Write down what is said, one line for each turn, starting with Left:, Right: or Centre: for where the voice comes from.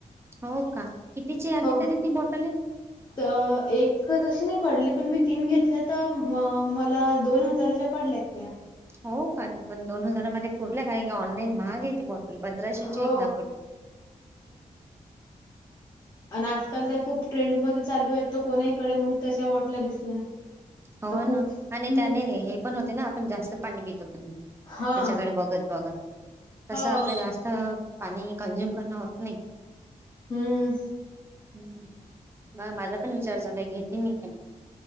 Right: हो का कितीची आली
Left: हो
Right: तरी ती बॉटल आहे
Left: तर एक तशी नाही पडली पण मी तीन घेतल्या तर म मला दोन हजाराच्या पडल्यात त्या
Right: हो का दोन हजारामध्ये पुरला कारण ऑनलाईन महाग आहे ती बाॅट पंधराशेची
Left: हो,
Right: एक दाखोली
Left: आण आजकाल त्या खूप ट्रेंडमध्ये चालू आहेत कोणाहीकडे मग त्याच्या वॉटल्या दिसल्या.
Right: हो
Left: तर खूप
Right: ना आणि
Left: हं.
Right: त्याने हे पण होते ना आपण जास्त पाणी ब त्याच्याकडे
Left: हां.
Right: बघत बघत.
Left: हो.
Right: तस आपलं जास्त- पाणी कंझ्युम करणं होत नाही.
Left: हम्म
Right: ह मघ माझा पण विचार झाचालाय घेते मी पण